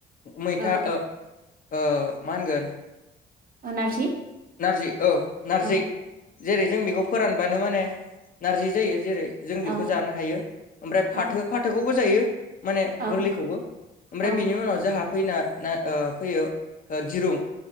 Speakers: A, on the left; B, on the right.
A: मैथा
B: औ
A: ओ ओ मा होनगोन
B: औ नारजि
A: नारजि औ नारजि।
B: औ
A: जेरै जों बेखौ फोरानबानो माने नारजि जायो जेरै जों बेखौ
B: औ
A: जानो हायो। ओमफ्राय फाथो
B: औ
A: फाथोखौबो जायो माने
B: औ
A: गोरलैखौबो ओमफ्राय
B: औ
A: बिनि उनाव जोंहा फैना ना ओ फैयो ओ दिरुं